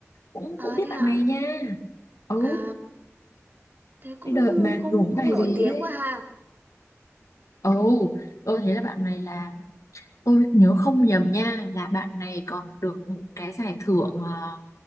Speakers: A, on the left; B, on the right.
A: cũng cũng
B: à
A: biết
B: thế
A: bạn
B: hả
A: này nha ừ
B: à thế cũng
A: cái đợt mà
B: cũng
A: nổi
B: cũng
A: bài
B: nổi
A: gì
B: tiếng
A: ấy
B: quá ha
A: Ồ, tôi thấy là bạn này là tôi nhớ không nhầm nha là bạn này còn được một cái giải thưởng ờ,